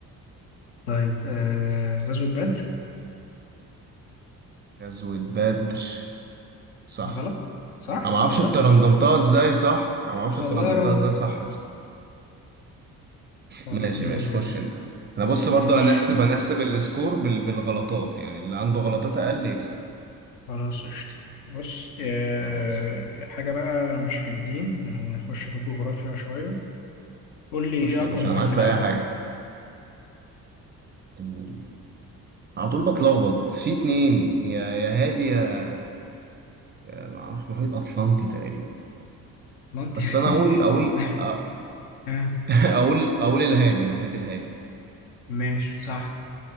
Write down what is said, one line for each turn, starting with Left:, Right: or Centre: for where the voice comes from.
Left: طيب آه غزوة بدر
Right: غزوة بدر صح
Left: غلط صح
Right: انا ما اعرفش
Left: والله
Right: انت رندمتها ازاي صح انا ما اعرفش
Left: والله
Right: انت رندمتها
Left: راندوم
Right: ازاي صح بس.
Left: طب
Right: ماشي
Left: الحمد
Right: ماشي
Left: لله
Right: خش انت انا بص
Left: ماشي
Right: برضه هنحسب هنحسب السكور بال... بالغلطات يعني اللي عنده غلطات اقل يكسب
Left: خلاص قشطة بص آه،
Right: خلاص
Left: حاجة بقى مش في الدين يعني نخش في الجغرافيا شوية قول لي
Right: خش
Left: إيه
Right: يا
Left: أكبر
Right: باشا
Left: محيط
Right: انا معاك
Left: في
Right: في
Left: العالم؟
Right: اي حاجة ال- على طول بتلخبط في اتنين يا يا هادي يا, يا ما اعرفش محيط اطلنطي تقريبا
Left: ما أنت
Right: بس انا اقول
Left: <laughs>
Right: اقول أ-
Left: آه،
Right: <laughs> اقول اقول الهادي المحيط الهادي
Left: ماشي صح